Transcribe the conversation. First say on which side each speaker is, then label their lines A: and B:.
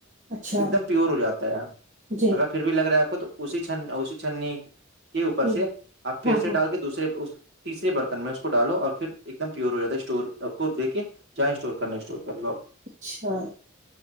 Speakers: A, on the right; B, on the right.
A: اچھا
B: ایک دم پیور ہو جاتا ہے یار
A: جی
B: اگر پھر بھی لگا آپ کو تو اسی چ اسی چنی کے اوپر
A: ہ
B: سے آپ پھر
A: ہاں
B: سے
A: ہاں
B: ڈال کے دوسرے تیسرے برتن میں اس کو ڈالو اور پھر ایک دم پیور ہو جاتا ہے اسٹور کو دے کے جائیں اسٹور کرنا اسٹور کر لو آپ
A: اچھا